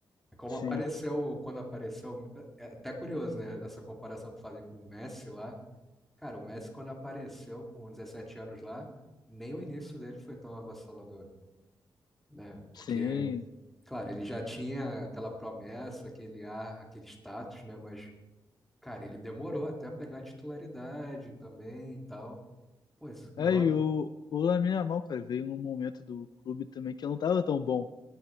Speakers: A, in the centre; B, on the left (about 60°).
A: É Como
B: sim,
A: apareceu, quando apareceu, é é até curioso, né? Essa comparação que eu falei com o Messi lá. Cara, o Messi, quando apareceu com 17 anos lá, nem o início dele foi tão avassalador, né? Porque,
B: sim.
A: claro, ele já tinha aquela promessa, aquele ar, aquele status, né? Mas Cara, ele demorou até a pegar a titularidade também e tal. Pô, esse garoto.
B: É, e o, o Lamine Yamal, cara, veio num momento do clube também que não tava tão bom.